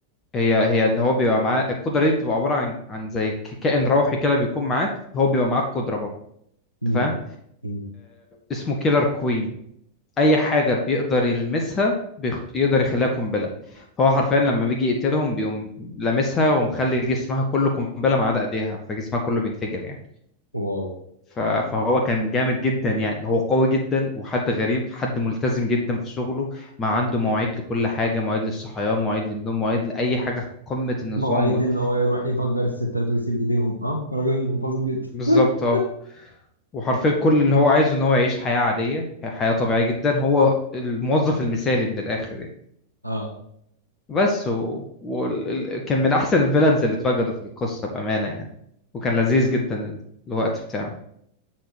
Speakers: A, on the left; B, on the right.
A: هي هي ان هو بيبقى معاه القدره دي بتبقى عباره عن عن زي ك- كائن روحي كده بيكون معاك هو بيبقى معاك قدره برضه انت
B: مم.
A: فاهم
B: مم.
A: اسمه كيلر كوين اي حاجه بيقدر يلمسها بيخ... يقدر يخليها قنبله فهو حرفيا لما بيجي يقتلهم بيقوم لامسها ومخلي جسمها كله قنبله ما عدا ايديها فجسمها كله بينفجر يعني
B: واو
A: ف... فهو كان جامد جدا يعني هو قوي جدا وحد غريب حد ملتزم جدا في شغله ما عنده مواعيد لكل حاجه مواعيد للصحيان مواعيد للنوم مواعيد لاي حاجه قمه النظام
B: مواعيد
A: وال...
B: ان هو يروح يفجر الستات ويسيب ايديهم اه راجل منتظم جدا
A: بالظبط
B: <laughs>
A: اه وحرفيا كل اللي هو عايزه ان هو يعيش حياة عادية حياة طبيعية جدا هو الموظف المثالي من الاخر يعني
B: اه
A: بس و... و... ال... كان من احسن الفيلنز اللي اتوجدوا في القصة بأمانة يعني وكان لذيذ جدا الوقت بتاعه